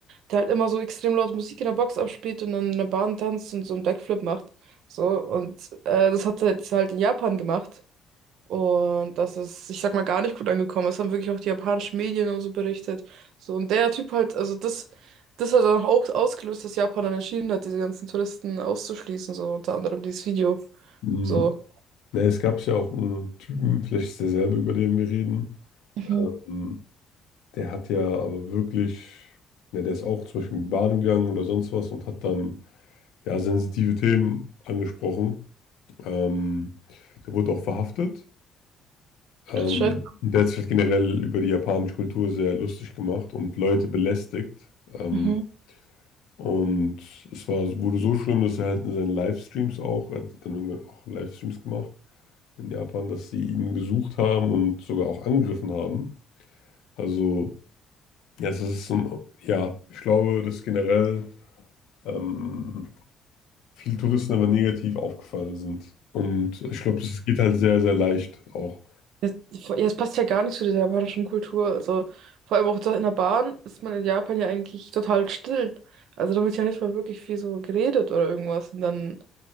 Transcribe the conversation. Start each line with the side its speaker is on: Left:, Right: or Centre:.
Right: der halt immer so extrem laut Musik in der Box abspielt und dann in der Bahn tanzt und so einen Backflip macht. So, und äh, das hat er jetzt halt in Japan gemacht. Und das ist, ich sag mal, gar nicht gut angekommen. Das haben wirklich auch die japanischen Medien und so berichtet. So, und der Typ halt, also das, das hat dann auch ausgelöst, dass Japan dann entschieden hat, diese ganzen Touristen auszuschließen, so unter anderem dieses Video.
Left: mh,
Right: So,
Left: ne, es gab ja auch einen Typen, vielleicht ist derselbe, über den wir reden.
Right: Mhm.
Left: Ähm, der hat ja aber wirklich, ne, der ist auch zum Beispiel in die Bahn gegangen oder sonst was und hat dann ja sensitive Themen angesprochen. Ähm, der wurde auch verhaftet. Ähm,
Right: Ach, shit.
Left: der hat sich halt generell über die japanische Kultur sehr lustig gemacht und Leute belästigt. Ähm,
Right: Mhm.
Left: und es war, wurde so schlimm, dass er halt in seinen Livestreams auch, er hat dann irgendwann auch Livestreams gemacht in Japan, dass sie ihn gesucht haben und sogar auch angegriffen haben. Also, ja, es ist so, ein- ja, ich glaube, dass generell ähm, viele Touristen aber negativ aufgefallen sind. Und ich glaube, das geht halt sehr, sehr leicht auch.
Right: Ja, es passt ja gar nicht zu dieser japanischen Kultur. Also, vor allem auch da in der Bahn ist man in Japan ja eigentlich total still. Also, da wird ja nicht mal wirklich viel so geredet oder irgendwas. Und dann,